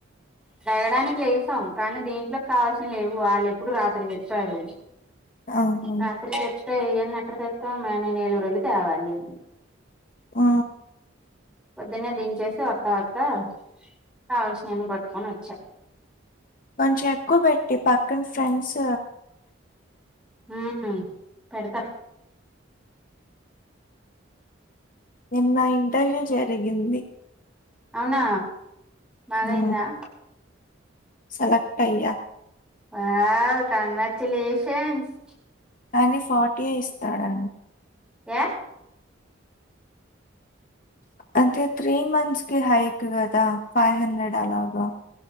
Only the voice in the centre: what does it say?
లేగడానికి లేసాం కానీ దీంట్లోకి కావాల్సిన లేవు వాళ్ళు ఎప్పుడు రాత్రి చెప్పారు
రాత్రి చేప్తతే ఇవన్నీ ఎక్కడి తెస్తాం నేను ఏలరు వెళ్ళి తేవాలి అన్నీ
పొద్దున్నే దించేసి వత్త వత్తా కావాల్సియన్ని పట్టుకొని వచ్చాను
ఉ పెడత
అవునా బాగయిందా
వావ్ కంగ్రాచులేషన్స్
ఏ